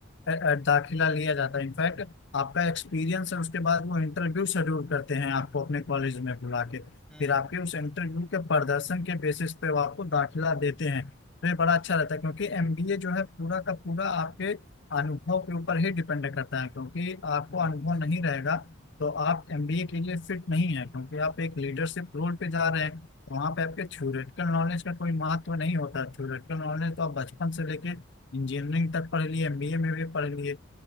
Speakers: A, on the left; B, in the centre.
A: अ, अ, दाखिला लिया जाता है इनफैक्ट आपका एक्सपीरियंस है उसके बाद वो इंटरव्यू शेड्यूल करते हैं आपको अपने कॉलेज में बुला के
B: हम्म
A: फिर आपके उस इंटरव्यू के प्रदर्शन के बेसिस पे वो आपको दाखिला देते हैं तो ये बड़ा अच्छा रहता है क्योंकि एमबीए जो है पूरा का पूरा आपके अनुभव के ऊपर ही डिपेंड करता है क्योंकि आपको
B: बिल्कुल
A: अनुभव
B: सही
A: नहीं रहेगा तो आप एमबीए के लिए फिट नहीं है क्योंकि आप एक लीडरशिप रोल पे जा रहे हैं वहां पे आपके थ्योरेटिकल नॉलेज का कोई महत्व नहीं होता थ्योरेटिकल नॉलेज तो आप बचपन से लेके इंजीनियरिंग तक पढ़ लिए एमबीए में भी पढ़ लिए